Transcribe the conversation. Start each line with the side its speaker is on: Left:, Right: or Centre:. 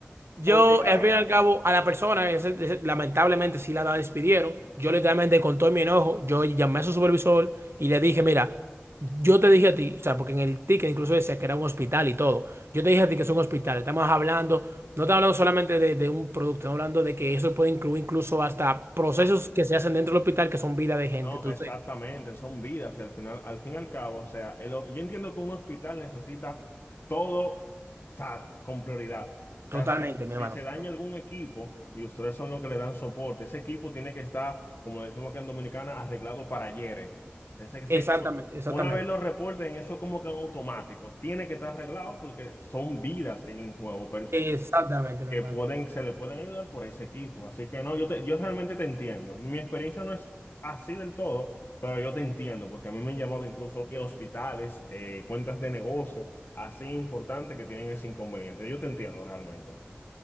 Right: Yo,
Left: obligado.
Right: al fin y al cabo, a la persona, ese- ese- lamentablemente sí la, la despidieron. Yo literalmente con todo mi enojo, yo llamé a su supervisor y le dije, mira, yo te dije a ti, o sea, porque en el ticket incluso decía que era un hospital y todo. Yo te dije a ti que es un hospital. Estamos hablando, no estamos hablando solamente de, de un producto, estamos hablando de que eso puede incluir incluso hasta procesos
Left: No.
Right: que se hacen dentro del hospital que son vida de gente.
Left: No,
Right: Entonces,
Left: exactamente, son vidas y al final, al fin y al cabo, o sea, el ho- yo entiendo que un hospital necesita todo, o sea, con prioridad. O sea,
Right: totalmente,
Left: si, si
Right: mi hermano.
Left: se daña algún equipo y ustedes son los que le dan soporte, ese equipo tiene que estar, como decimos acá en Dominicana, arreglado para ayer. eh. Ese, ese
Right: Exactamente,
Left: equipo,
Right: exactamente.
Left: una vez lo reporten, eso como que en automático, tiene que estar arreglado porque son vidas que hay en juego,
Right: Exactamente, mi
Left: que
Right: hermano.
Left: pueden, se le pueden ayudar por ese equipo. Así que no, yo, te- yo realmente te entiendo. Mi experiencia no es así del todo, pero yo te entiendo, porque a mí me han llamado incluso y hospitales, eh, cuentas de negocio, así importantes que tienen ese inconveniente. Yo te entiendo realmente.